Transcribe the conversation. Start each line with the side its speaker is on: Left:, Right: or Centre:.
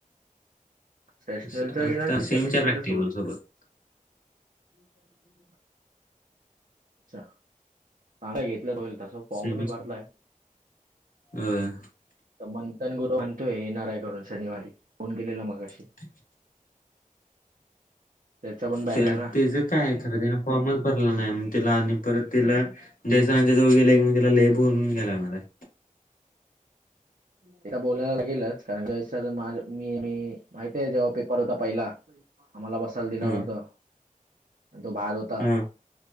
Right: सेशनलचा
Left: श-
Right: घेणार
Left: आता
Right: कि, सेमिस्टरच्या
Left: सेमच्या प्रॅक्टिकल
Right: सोबतीक.
Left: सोबत
Right: <inaudible> अच्छा. चांगला घेतला पाहिजे. तसा फॉर्म
Left: सेमच
Right: मी भरलाय.
Left: होय
Right: तर मंथन गुरु म्हणतोय. येणारये घरून शनिवारी. फोन केलेला मघा.
Left: <inaudible>
Right: त्याचा पण बॅक
Left: त्याच
Right: आहे ना
Left: काये खरं. त्याने फॉर्मच भरला नाही मग त्याला आणि परत तिला जय सरांच्या जवळ गेले की, मग तिला लई बोलून घ्यावं लागणारे.
Right: तिला बोलायला लागेलच. कारण जय सर माझ मी मी माहिते जेव्हा पेपर होता पहिला. आम्हाला बसायला दिला
Left: हा
Right: नव्हत. तो बाहेरं होतां
Left: हा